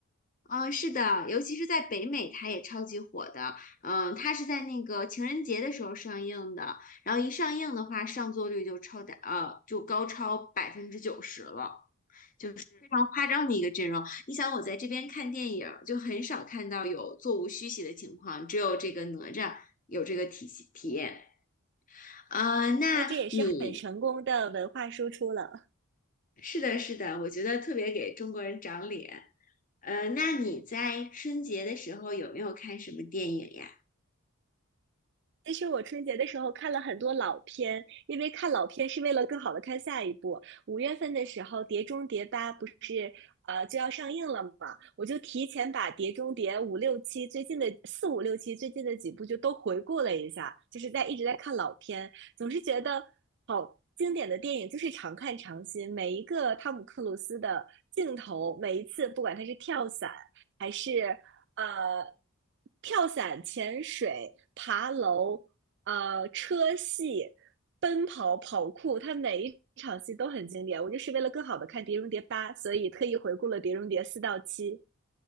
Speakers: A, on the left; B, on the right.
A: 嗯，是的，尤其是在北美，它也超级火的。嗯，它是在那个情人节的时候上映的，然后一上映的话，上座率就超达呃，就高超百分之九十了。就是非常夸张的一个阵容。你想，我在这边看电影儿就很少看到有座无虚席的情况，只有这个哪吒有这个体系体验。呃，那你
B: 那这也是很成功的文化输出了。
A: 是的，是的，我觉得特别给中国人长脸。呃，那你在春节的时候有没有看什么电影呀？
B: 其实我春节的时候看了很多老片，因为看老片是为了更好的看下一部。五月份的时候，《碟中谍八》不是呃就要上映了嘛，我就提前把《碟中谍》五六七最近的四五六七最近的几部就都回顾了一下，就是在一直在看老片，总是觉得好经典的电影就是常看常新，每一个汤姆克鲁斯的镜头，每一次不管他是跳伞。还是呃跳伞、潜水、爬楼、呃车戏、奔跑、跑酷，它每一场戏都很经典。我就是为了更好的看《碟中谍八》，所以特意回顾了《碟中谍四》到七。